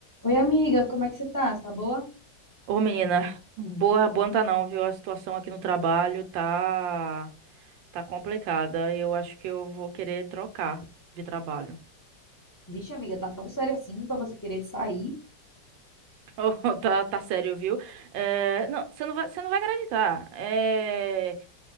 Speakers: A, on the left; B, on the right.
A: Oi, amiga, como é que você tá? Você tá boa?
B: Ô, menina, boa, boa não tá não, viu? A situação aqui no trabalho tá tá complicada. Eu acho que eu vou querer trocar de trabalho.
A: Vixe, amiga, tá tão sério assim pra você querer sair?
B: Oh, <laughs> tá, tá sério, viu? É, não, você não vai, você não vai acreditar. É,